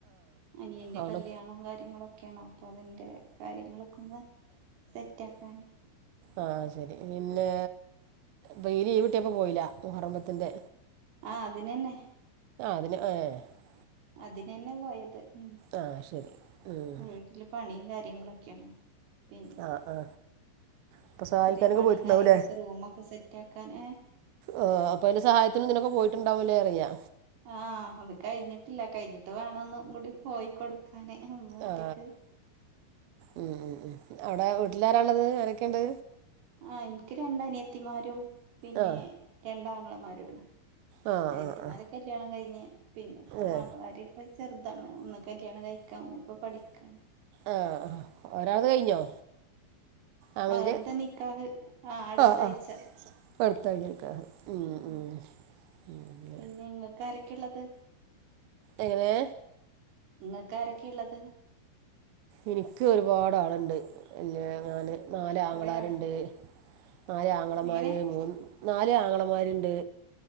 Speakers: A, on the right; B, on the right.
A: അനിയന്റെ
B: അവിടെ
A: കല്യാണവും കാര്യങ്ങളൊക്കെയാണ് അപ്പൊ അതിന്റെ കാര്യങ്ങളൊ സെറ്റാക്കാലെ
B: ആഹ ശരി പിന്നെ ബെയില് ഈവ് കിട്ടിയപ്പ പോയില്ല മുഹറം ബത്തിന്റെ
A: ആഹ അതിനെന്നെ
B: അതിന് ഏ
A: അതിനന്നെ പോയത് മ്
B: ആ ശരി ഉം
A: വീട്ടില് പണിയും കാര് എങ്ങളൊക്കെയാണ് പിന്നെ
B: ആ ആ അപ്പൊ സഹായിക്കാനൊക്കെ
A: ചെറിയ പണി
B: പോയിട്ടുണ്ടാവൂല്ലേ
A: കാര്യങ്ങളൊക്കെ റൂമൊക്കെ സെറ്റ് ആക്കാന്
B: ആ അപ്പൊ അയിന്റെ സഹായത്തിന് നിനൊക്കെ പോയിട്ടുണ്ടാവുംല്ലേ അറിയാ
A: ആഹ അത് കഴിഞ്ഞിട്ടില്ല കഴിഞ്ഞിട്ട് വേണം ഒന്നും കൂടി പോയിക്കൊടുക്ക അനെ ഹ് മറ്റയ്ക്ക്
B: ആ ഉം ഉ ഉ അവിടെ വീട്ടിലാര ഉള്ളത് അരൊക്കെയണ്ട്
A: ആഹ എനിക്ക് രണ്ട അനിയത്തിമാരും പിന്നെ
B: ആ
A: രണ്ടാങ്ങളമാരുംണ്
B: ആ
A: അനിയത്തിമാരോക്കെ
B: ആ ആ
A: കല്യാണം കഴിഞ്ഞ് പിന്നെ ഇപ്പ
B: ഏ
A: ആങ്ങളാര് ഇപ്പ ചെറുതാണ് ഒന്നൊക്കെ കല്യാണം കഴിക്കാൻ ഇപ്പൊ പഠിക്കണ്
B: ആഹ ആ ഒരാത് കഴിഞ്ഞോ ആങ്ങളത്
A: അവലത നിക്കാഹ ആഹ അടുത്ത
B: ആ
A: ആഴ്ച
B: ആ പുറത്താക്കിയെടുക്കാം ഉം
A: ഉ മ്
B: ഉം ഉം
A: പിന്നെ ഇങ്ങക്ക് ആരൊക്കെള്ളത്
B: എങ്ങനെ
A: നിങ്ങക്ക്‌ ആരൊക്കെയ ഇള്ളത്
B: എനിക്ക് ഒരുപാട് ആള്ണ്ട് അല്ല ഞാന് നാല് ആങ്ങളാര്ണ്ട്
A: കൊറേ ആൾണ്ടോ
B: നാല് ആങ്ങളമാര്
A: എങ്ങനെ
B: മൂ നാല് ആങ്ങളമാര്ണ്ട്